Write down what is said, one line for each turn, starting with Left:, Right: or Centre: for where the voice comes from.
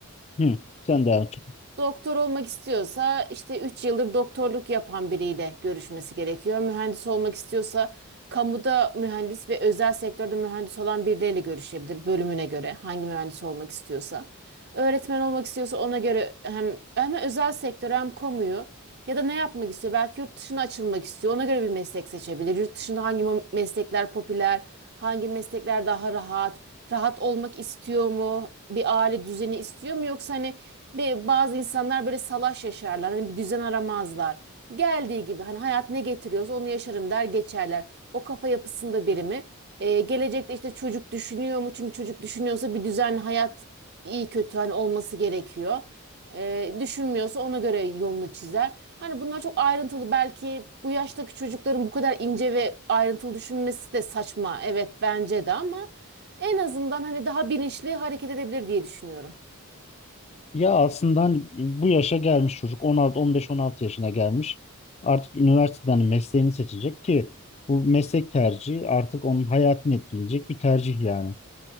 Left: hı, sen devam et.
Right: Doktor olmak istiyorsa işte 3 yıldır doktorluk yapan biriyle görüşmesi gerekiyor. Mühendis olmak istiyorsa kamuda mühendis ve özel sektörde mühendis olan birileriyle görüşebilir bölümüne göre hangi mühendis olmak istiyorsa. Öğretmen olmak istiyorsa ona göre hem hem özel sektör hem kamuyu ya da ne yapmak istiyor? Belki yurt dışına açılmak istiyor. Ona göre bir meslek seçebilir. Yurt dışında hangi mo- meslekler popüler, hangi meslekler daha rahat, rahat olmak istiyor mu? Bir aile düzeni istiyor mu yoksa hani ve bazı insanlar böyle salaş yaşarlar. Hani bir düzen aramazlar. Geldiği gibi hani hayat ne getiriyorsa onu yaşarım der geçerler. O kafa yapısında biri mi? Ee, gelecekte işte çocuk düşünüyor mu? Çünkü çocuk düşünüyorsa bir düzenli hayat iyi kötü hani olması gerekiyor. Ee, düşünmüyorsa ona göre yolunu çizer. Hani bunlar çok ayrıntılı belki bu yaştaki çocukların bu kadar ince ve ayrıntılı düşünmesi de saçma. Evet bence de ama en azından hani daha bilinçli hareket edebilir diye düşünüyorum.
Left: Ya aslında hani bu yaşa gelmiş çocuk 16 15-16 yaşına gelmiş. Artık üniversiteden mesleğini seçecek ki bu meslek tercihi artık onun hayatını etkileyecek bir tercih yani.